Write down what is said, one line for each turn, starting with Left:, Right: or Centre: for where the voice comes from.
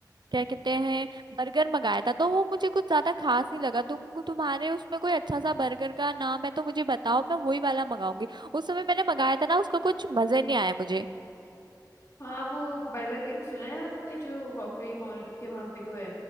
Right: क्या कहते हैं बर्गर मंगाया था तो वो मुझे कुछ ज्यादा खास नहीं लगा तुम तुम्हारे उसमें कोई अच्छा सा बर्गर का नाम है तो मुझे बताओ मैं वही वाला मंगाऊंगी उस समय मैंने मंगाया था ना उसका कुछ मजे नहीं आया मुझे
Left: हाँ वो बर्गर किंग सुना है आपने जो वॉकवे मॉल के वहाँ पे को है